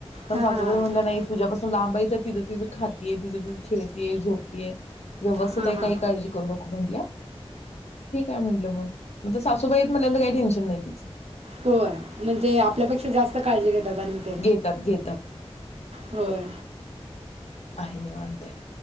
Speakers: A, on the left (about 80°); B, on the right (about 75°).
A: पण
B: हां
A: सासूबाई
B: हां
A: म्हणल्या नाही तुझ्यापासून लांब त तिज तिज खातीय तिज तिज खेळतीय झोपतीय. व्यवस्थित
B: हां
A: आहे
B: हां
A: काही काळजी करू नको म्हंटल्या, ठीक आहे म्हटलं मग मग त्या सासुबाई आहेत म्हणल्यावर काय टेन्श नाय तीच
B: होय म्हणजे आपल्यापेक्षा जास्त काळजी घेतात आणि त्या
A: घेतात घेतात
B: होय
A: आहे निवांत आहे